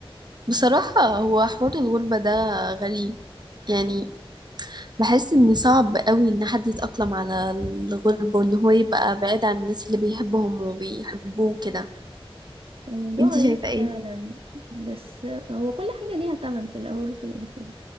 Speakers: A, on the right; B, on the right.
A: بصراحة هو حوار الغربة ده غريب يعني بحس ان صعب قوي ان حد يتأقلم على الغربة وان هو يبقى بعيد عن الناس اللي بيحبهم وبيحبوه كده
B: الموضوع
A: انت
B: غريب
A: شايفة ايه
B: فعلا بس هو كل حاجة ليها تمن في الاول وفي الاخر